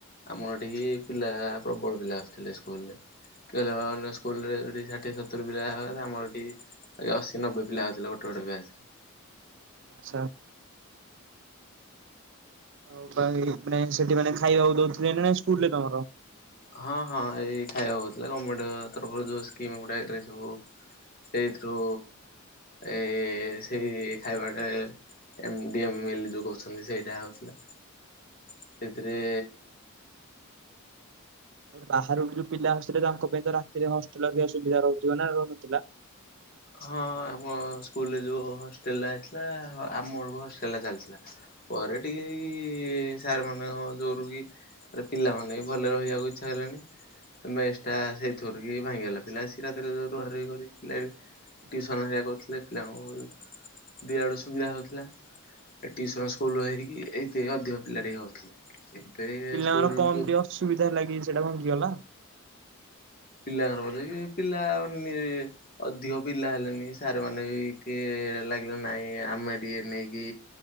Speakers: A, on the left; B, on the right.
A: ଆମର ଏଠିକି ପିଲା ପ୍ରବଳ ପିଲା ଆସୁଥିଲେ ସ୍କୁଲ ରେ। କେ ଅନ୍ୟ ସ୍କୁଲ ରେ ସେଠୀ ଷାଠିଏ ସତୁରୀ ପିଲା ହୁଅ ଆମର ଏଠି ଏଇ ଅଶୀ ନବେ ପିଲା ହଉଥିଲେ ଗୋଟେ ଗୋଟେ ବ୍ୟାଚ୍ ରେ।
B: ଆଚ୍ଛା। ଆଉ ଭାଇ ମାନେ ସେଠି ମାନେ ଖାଇବାକୁ ଦଉଥିଲେ ନା ସ୍କୁଲ ରେ ତମର?
A: ହଁ ହଁ ଏଇ ଖାଇବାକୁ ଦଉଥିଲେ ଗମେଣ୍ଟ ତରଫରୁ ଯୋଉ ସ୍କିମ ଗୁଡା ସବୁ ସେଇଥିରୁ ଏ ସେଇ ଖାଇବାଟା ଏ ମି ଡେ ମିଲ୍ ଯୋଉ କହୁଛନ୍ତି ସେଇଟା ହଉଥିଲା। ସେଥିରେ
B: ବାହାରକୁ ଯୋଉ ପିଲା ଆସୁଥିଲେ ତାଙ୍କ ପାଇଁ ତ ରାତିରେ ହଷ୍ଟେଲ ସୁବିଧା ରହୁଥିବ ନା ରହୁନଥିଲା?
A: ହଁ ଆମ ସ୍କୁଲରେ ଯୋଉ ହଷ୍ଟେଲଟା ହେଇଥିଲା ଆମ ବେଳକୁ ହଷ୍ଟେଲ ଚାଲିଥିଲା। ପରେ ଟିକେ ଏଇ ସାର୍ ମାନଙ୍କ ଜୋଗୁରୁ କି ଏ ପିଲାମାନେ ବି ଭଲରେ ରହିବାକୁ ଇଚ୍ଛା ଦେଲେନି। ଆଉ ମେସଟା ସେଇଥି ରୁ କିି ଭାଙ୍ଗିଗଲା ପିଲା ଆସିକି ରାତିରେ ରୁହା ରହି କରି ପିଲା ବି ଟିଉସନ ହେରିକା କରୁଥିଲେ ପିଲାଙ୍କୁ ଦିଇ ଆଡୁ ସୁବିଧା ହଉଥିଲା। ଏଇ ଟିଇସନ ସ୍କୁଲ ର ହେଇକି ଏଇ ଅଧିକ ପିଲା ଟିକେ ହଉଥିଲେ। ଏବେ
B: ପିଲା
A: ସ୍କୁଲ
B: ମାନଙ୍କୁ କମନ୍ତୀ
A: ଯୋଉ
B: ଅସୁବିଧା ହେଲାକି ସେଟା ଭାଙ୍ଗିଗଲା?
A: ପିଲାମାନଙ୍କୁ ନେଇ ପିଲା ନିଏ ଅଧିକ ପିଲା ହେଲେନି ସାର୍ ମାନେ ବିି କିଏ ଲାଗିଲେ ନାଇଁ ଆମେ ଟିକେ ନେଇକି